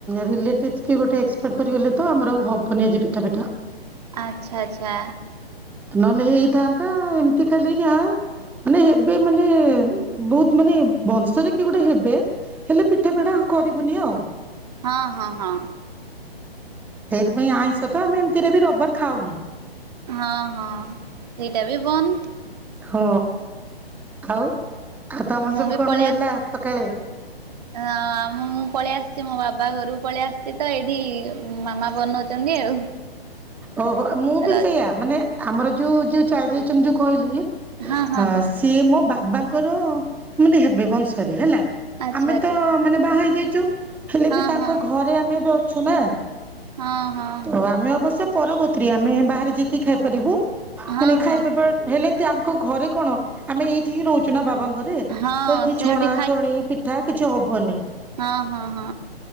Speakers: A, in the centre; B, on the right.
A: ରିଲେଟିଭସ୍ କିଏ ଗୋଟେ ଏକ୍ସପାର୍ଡ କରିଗଲେ ତ ଆମର ଆଉ ହବନି ଆଜି ପିଠାଫିଠା।
B: ଆଚ୍ଛା ଆଚ୍ଛା।
A: ନହେଲେ ହେଇଥାନ୍ତା ଏମିତି ଖାଲି ଯାହା ମାନେ ହେବେ ମାନେ ବହୁତ ମାନେ ବଂଶରେ କିଏ ଗୋଟେ ହେବେ? ହେଲେ ପିଠାଫିଠା କରିବୁନି ଆଉ।
B: ହଁ-ହଁ-ହଁ।
A: ସେଇଥିପାଇଁ ଆଇଁଷ ତ ଆମେ ଏମିତିରେ ବି ରବିବାର ଖାଉନି।
B: ହଁ-ହଁ ସେଇଟା ବି ବନ୍ଦ।
A: ହଁ, ଆଉ ଆଉ ତମର
B: ମୁଁ
A: ସବୁ
B: ବି
A: କଣ
B: ପଳେଇ
A: ହେଲା
B: ଆସିଛି।
A: ସକାଳେ?
B: ହଁ ଆମ ମୁଁ ପଳେଇ ଆସିଛି ମୋ ବାବା ଘରକୁ ପଳେଇ ଆସିଛି ତ ଏଇଠି ମାମା ବନଉଛନ୍ତି ଆଉ।
A: ଓହୋଃ, ମୁଁ ବି
B: ରଜ
A: ସେଇୟା ମାନେ ଆମର ଯୋଉ, ଯୋଉ ଚାଲି ଯାଇଛନ୍ତି ଯୋଉ କହିଲି। ଅ
B: ହଁ ହଁ ହଁ
A: ସିଏ ମୋ ବାବାଙ୍କର ମାନେ ହେବେ ବଂଶରେ ହେଲା।
B: ଆଚ୍ଛା
A: ଆମେ
B: ଆଚ୍ଛା
A: ତ ମାନେ ବାହା ହେଇ ଯାଇଛୁ ହେଲେ
B: ହଁ
A: ବି ତାଙ୍କ
B: ହଁ
A: ଘରେ ଆମେ ଏବେ ଅଛୁ ନା।
B: ହଁ-ହଁ।
A: ତ ଆମେ ଅବଶ୍ୟ ପରଗୋତ୍ରୀ, ଆମେ ବାହାରେ ଯାଇକି ଖାଇପାରିବୁ
B: ହଁ
A: ମାନେ ଖାଇଦେବା,
B: ହଁ
A: ହେଲେ ତାଙ୍କ ଘରେ କଣ ଆମେ ଏଇଠି ହିଁ ରହୁଛୁ ନା ବାବାଙ୍କ ଘରେ,
B: ହଁ
A: ତ ଏଇଠି
B: ସେଇଠି
A: ଛଣାଛଣି ପିଠା କିଛି ହବନି।
B: ହଁ-ହଁ-ହଁ।